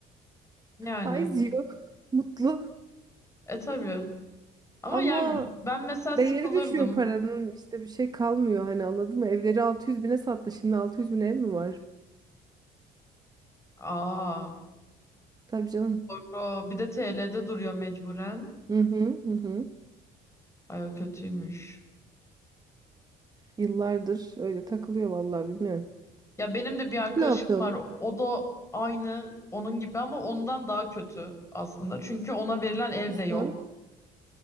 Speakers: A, on the left; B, on the right.
A: Yani.
B: Faiz yiyor, <laughs> mutlu.
A: E tabii. Ama
B: Ama
A: yani ben mesela sıkılırdım.
B: değeri düşüyor paranın. işte bir şey kalmıyor hani anladın mı? Evleri 600 bine sattı. Şimdi 600 bin ev mi var?
A: Aa.
B: Tabii canım.
A: Bro, bir de TL'de duruyor mecburen.
B: Hı hı hı. hı.
A: Ay o kötüymüş.
B: Yıllardır öyle takılıyor vallahi bilmiyorum.
A: Ya benim de bir arkadaşım
B: Ne yapıyorsunuz?
A: var. O da aynı onun gibi ama ondan daha kötü aslında. Çünkü ona verilen ev
B: Nasıl?
A: de yok.